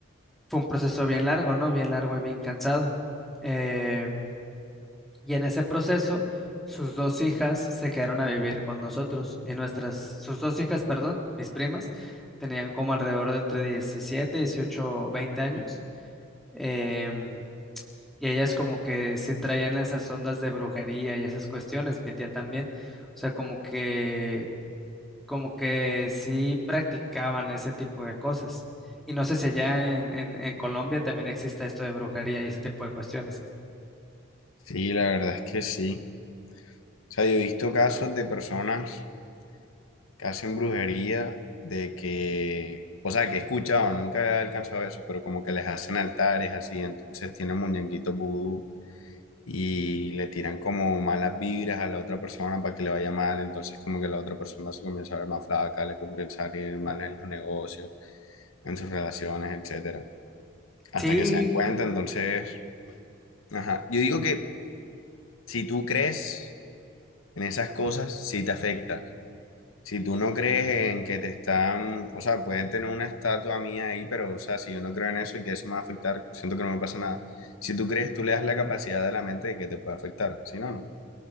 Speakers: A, in the centre; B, on the left.
A: fue un proceso bien largo, ¿no? Bien largo y bien cansado. Em, y en ese proceso, sus dos hijas se quedaron a vivir con nosotros y nuestras, sus dos hijas, perdón, mis primas, tenían como alrededor de entre 17 18 20 años. em, y ellas como que sí traían esas ondas de brujería y esas cuestiones, mi tía también. O sea, como que, como que sí practicaban ese tipo de cosas. Y no sé si allá en, en en Colombia también existe esto de brujería y ese tipo de cuestiones.
B: Sí, la verdad es que sí. O sea, yo he visto casos de personas que hacen brujería de que, o sea, que he escuchado, nunca he alcanzado eso, pero como que les hacen altares así, entonces tienen muñequitos vudú y le tiran como malas vibras a la otra persona para que le vaya mal, entonces como que la otra persona se comienza a ver más flaca, le comienza a ir mal en los negocios. en sus relaciones, etcétera, hasta
A: Sí,
B: que se dan cuenta. Entonces, ajá. Yo digo que si tú crees en esas cosas, sí te afecta. Si tú no crees en que te están, o sea, pueden tener una estatua mía ahí, pero, o sea, si yo no creo en eso y que eso me va a afectar, siento que no me pasa nada. Si tú crees, tú le das la capacidad de la mente de que te pueda afectar. Si no, no.